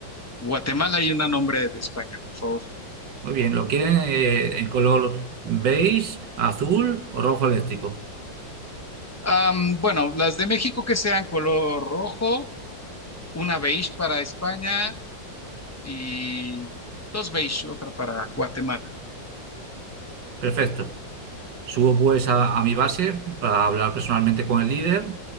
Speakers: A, on the left; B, on the right.
A: Guatemala y una a nombre de España, por favor.
B: Muy bien, ¿lo quieren eh, en color beige, azul o rojo eléctrico?
A: Am, bueno, las de México que sean color rojo, una beige para España y dos beige, otra para Guatemala.
B: Perfecto. Subo pues a, a mi base para hablar personalmente con el líder